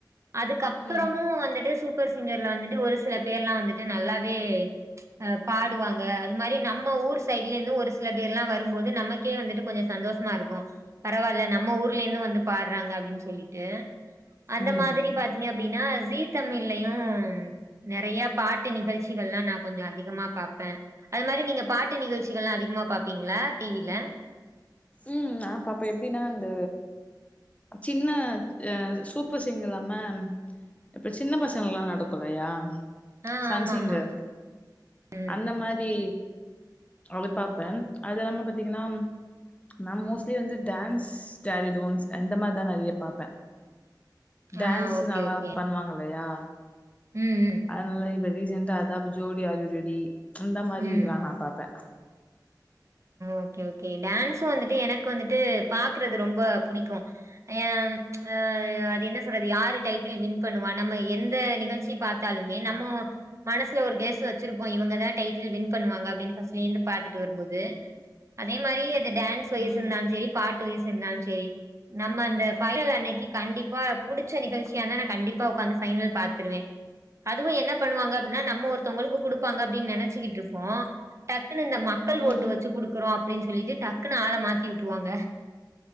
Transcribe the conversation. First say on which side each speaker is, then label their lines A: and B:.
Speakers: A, on the right; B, on the left.
A: அதுக்கப்றமு
B: ம்
A: வந்துட்டு சூப் ப்பர் சிங்கர்ல வந்துட்டு ஒரு சில பேர்லா வந்துட்டு நல்லாவே அஹ் பாடுவாங்க அது மாரி நம்ம ஊரு சைட்ல இருந்து ஒரு சில பேர்லா வரும்போது நமக்கே வந்துட்டு கொஞ்ச சந்தோசமா இருக்கு பரவால்ல நம்ம ஊர்ல இருந்து வந்து பாட்றாங்க அப்டின் சொ சொல்லிட்டு அந்த
B: ம்
A: மாதிரி பாத்தீங்க அப்டினா ஜி தமிழ்லயு நெறையா பாட்டு நிகழ்ச் இதெல்லா நா கொஞ்ச அதிகமா பாப்பே அது மாரி நீங்க பாட்டு நிகழ்ச்சிகள்லா அதிகமா பாப்பீங்ளா டி வி ல
B: உம் நா பாப்பே எப்டினா அந்த சின்ன அஹ் சூப்பர் சிங்கர் இல்லாம இப்ப சின்ன பசங்களுக்குலா நடக்குல்லையா
A: ஆ
B: சன்
A: ஆமாமா
B: சிங்கர்
A: ம்
B: அந்த மாரி அத பாப்பே அது இல்லாம பாத்தீங்கனா நா மோஸ்ட்லி வந்து டான்ஸ் ஜாடி டோன்ஸ் அந்த மாரிதா நெறைய பாப்பே டான்ஸ்
A: ஆ ஓகே
B: நல்லா
A: ஓகே
B: பண்ணுவாங்கல்லையா
A: ம் ம்
B: அதுனால இது ரீசென்டா அதா இப்ப ஜோடி ஆர் யூ ரெடி அந்த மாரி
A: ம்
B: இதுலா நா பாப்பே
A: ஓகே ஓகே டான்சு வந்துட்டு எனக்கு வந்துட்டு பாக்குறது ரொம்ப புடிக்கு ஏம் அஹ் அது என்ன சொல்றது யாரு டைட்டில் வின் பண்ணுவா நம்ம எந்த நிகழ்ச்சி பாத்தாலுமே நம்ம மனசுல ஒரு கெஸ் வச்சிருப்போ இவுங்கதா டைட்டில் வின் பண்ணுவாங்க அப்டின் ஃபஸ்ட்ல இருந்து பாத்துட்டு வரும் போது து அதே மாரி அது டான்ஸ் வைசு
B: ம்
A: இருந்தாலு செரி பாட்டு வைசு இருந்தாலு செரி நம்ம அந்த ஃபைனல் அன்னக்கி கண்டிப்பா புடிச்ச நிகழ்ச்சியானா நா கண்டிப்பா ஒக்காந்து ஃபைனல் பாத்ருவே அதுவு என்ன பண்ணுவாங்க அப்டினா நம்ம ஒருத்தவ்ங்களுக்கு குடுப்பாங்க அப்டின் நெனச்சிக்கிட்ருப்போ டக்குன்னு இந்த ம க்கள்
B: ம்
A: ஓட்டு வச்சு குடுக்குறோ அப்டின் சொல்லிட்டு டக்குனு ஆள மாத்திவுட்ருவாங்க